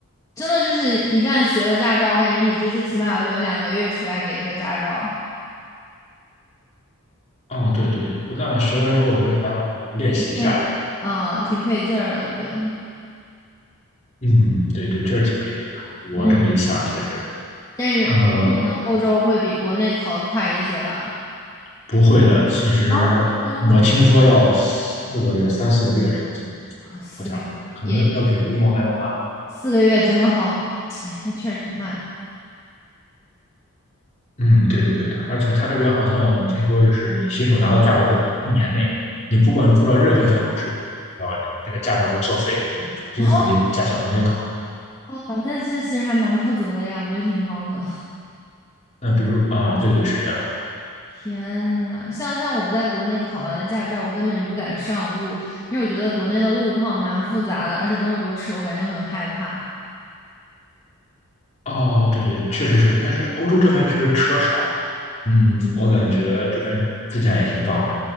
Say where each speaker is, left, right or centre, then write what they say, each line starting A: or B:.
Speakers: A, on the left; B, on the left.
A: 真的就是一旦学了驾照，我感觉你就是起码要留两个月出来给这个驾照，
B: 哦，对对，不但学完之后，我觉得还要练习一下。
A: 对，嗯，挺费劲儿的，我觉得，
B: 嗯，对对，这是挺费劲的。我这么一想，
A: 嗯，
B: 确实，
A: 但是可能欧洲会比国内考的快一些吧。
B: 呃，不会的。其实
A: 哦，是吗？
B: 我听说要四个月、三四个月这样才能考下来，
A: 啊四个月也也
B: 可能要比中国还要慢。
A: 四个月真的好，<tsk> 哎，那确实挺慢的。
B: 嗯，对对对对，而且他这边好像我听说，就是你新手拿到驾照之后，一年内你不管出了任何交通事故，然后这个驾照就作废，得重新回驾校重新考。
A: <laughs> 啊，那这其实还蛮负责的呀，我觉得挺好的。<laughs>
B: 那比如啊，对对是这样的。
A: 天呐，像像我在国内考完了驾照，我根本就不敢上路，因为我觉得国内的路况蛮复杂的，而且那么多车，我感觉很害怕。
B: 哦，对对，确实是，但是欧洲这边确实车少，嗯，我感觉这边自驾也挺棒的。